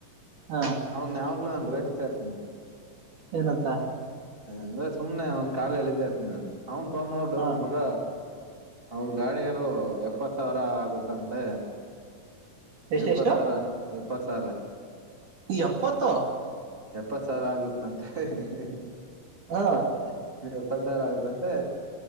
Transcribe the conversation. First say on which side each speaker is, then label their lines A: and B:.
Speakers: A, on the right; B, on the right.
A: ಹಾ
B: ಅವನ್ ಯಾವಾಗ್ಲೂ ಅನ್ರೆ ಹಸೆ ಇರ್ತೇನೆ
A: ಏನಂತ
B: ಅಂದ್ರ ಸುಮ್ನೆ ಅವ್ನ್ ಕಾಲ್ ಏಳಿತಾ ಇರ್ತಿನಿ ನಾನು ಅವ್ನ್ ಫೋನ್ ಮಾಡ್ಬಿಡು
A: ಹಾ
B: ಮಗ ಅವ್ರ ಗಾಡಿಯರು ಎಪ್ಪತ್ ಸಾವಿರ ಆಗುತ್ತಂತೆ
A: ಎಷ್ಟೆಷ್ಟು
B: ಎಪ್ಪ ಸಾರ ಪ್ಪಸಾರ
A: ಯಪ್ಪಾತ್ತೂ
B: ಎಪ್ಪ ಸಾವರ್ ಆಗುತನ್ ಹಃ ಹಃ ಹಃ
A: ಹಾ
B: ಹಃ ಎಪ್ಪತ್ ಸಾರ್ ಆಗತ್ತಂತೆ